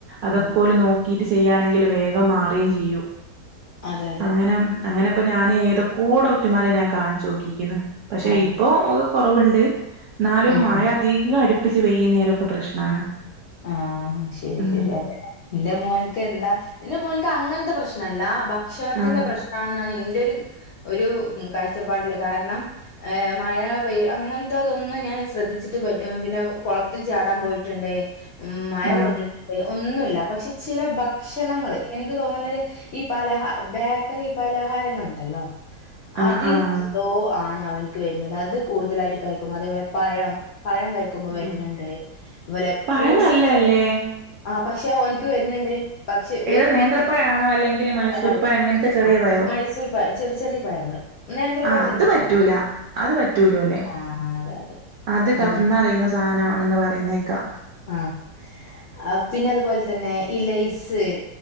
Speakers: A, on the right; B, on the left.
A: അതൊക്കോല്
B: അതെ
A: നോക്കീട്ട് ചെയ്യാണെങ്കില് വേഗം മാറേം ചെയ്യൂ.
B: അതെ അതെ
A: അങ്ങനം അങ്ങനെപ്പ ഞാനേതൊക്കോ ഡോക്ടർമാരെ ഞാൻ കാണിച്ചു നോക്കിക്കുന്നു പക്ഷെ
B: ആ
A: ഇപ്പൊ ഉ കുറവുണ്ട് എന്നാലും
B: ഉം
A: മയ
B: ഉം
A: അധികം അടി പ്പിച്ച് പെയ്യുന്നേരൊക്കെ പ്രശ്നാണ്
B: ആഹ് ശരി
A: ഉം
B: ശരി അതെ ന്റെ മോൻക്ക് എന്താ എന്റെ മോൻ ക്കങ്ങനത്തെ പ്രശ്നംല്ല ഭക്ഷണത്തിന്റെ
A: ആഹ്
B: പ്രശ്നാണെന്നാണെനി എന്റെ ഒരു ഒരു ഉം കാഴ്ചപ്പാടില്ല കാരണം ആ മഴ പെയ്യ അങ്ങനത്തതൊന്നും ഞാൻ ശ്രദ്ധിച്ചിട്ട് പോയ്‌ ആ പിന്നെ കൊളത്തിൽ ചാടാൻ പോയിട്ടുണ്ട് ഉം മഴ
A: ആഹ്
B: കൊണ്ടിട്ടുണ്ട് ഒന്നുല്ല പക്ഷെ ചില ഭക്ഷണങ്ങള് എനിക്ക് എനിക്ക് തോന്നുന്നത് ഈ പലഹാ ബേക്കറി പലഹാരങ്ങളുണ്ടല്ലോ
A: ആഹ്
B: അതി <unintelligible>
A: ആഹ്
B: ന്തോ ആണ് അവനിക്ക് വരുന്നത് അത് കൂടുതലായിട്ട് കയിക്കും അതേപോലെ പഴം പഴം കഴിക്കുമ്പോ വരുന്നുണ്ട്
A: ഉം
B: അതുപോലെ
A: പഴം
B: ഫ്രൂട്ട്സില്
A: നല്ലല്ലേ
B: ചെല പക്ഷേ ഓൻക്ക് വരുന്നുണ്ട് പക്ഷെ <unintelligible>
A: ഏതാ നേന്ത്രപ്പഴാണോ
B: പി
A: അല്ലെങ്കില് മൈസൂർ
B: അല്ലല്ല
A: പഴം അങ്ങനത്തെ ചെറിയ
B: ആ
A: പഴോ
B: മൈസൂർ പയം ചെറിയ ചെറിയ പയങ്ങള്. നേന്ത്രപയത്തിന്
A: ആഹ് അത്
B: പ്രശ്നവില്ല
A: പറ്റൂല അത് പറ്റൂലോല്ലേ
B: ആ അതെ അതെ
A: അത്
B: അങ്ങനത്തെ
A: കഫംനറയുന്ന സാധനവാണെന്ന് പറയുന്നേക്കാം
B: അ ആ പിന്നെ അതുപോലെ തന്നെ ഈ ലൈസ്